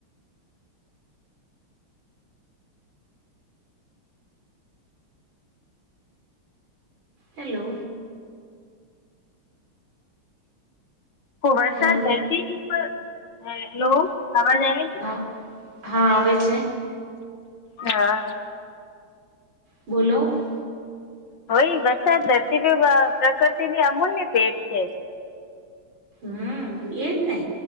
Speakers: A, on the right; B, on the left.
A: હેલો
B: તો વરસાદ
A: હેલો
B: ધરતી પર થાય એટલો થાવા જાય ત્યારે.
A: હા હા આવે છે.
B: હા
A: બોલો.
B: હોય વરસાદ ધરતી પ્રકૃતિની અમૂલ્ય ભેટ છે.
A: હું એજ ને